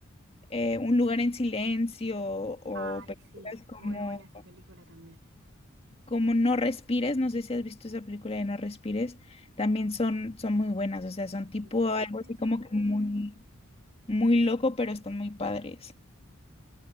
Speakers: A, on the left (about 30°); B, on the right (about 65°).
A: eh, Un lugar en silencio o
B: Ay,
A: películas
B: sí,
A: como,
B: muy buena esa película también.
A: como No respires, no sé si has visto esa película de No respires, también son, son muy buenas, o sea, son tipo
B: Me
A: algo
B: suena
A: así
B: esa
A: como
B: película.
A: que muy, muy loco, pero están muy padres.